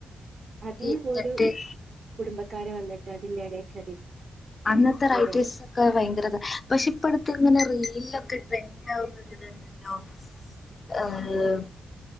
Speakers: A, on the right; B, on the left.
A: അതിന്
B: എന്നിട്ട്
A: പോലും കുടുംബക്കാര് വന്നിട്ട് അതിന്റെ ഇടേ കേറി
B: അന്നത്തെ റൈറ്റേസ്
A: ഓരോ
B: ക്കെ ഭയങ്കരതാ. പക്ഷെ ഇപ്പട്ത്ത്ങ്ങനെ റീൽലൊക്കെ ട്രെൻഡാവുന്നൊരിതുണ്ടല്ലോ? ഏഹ്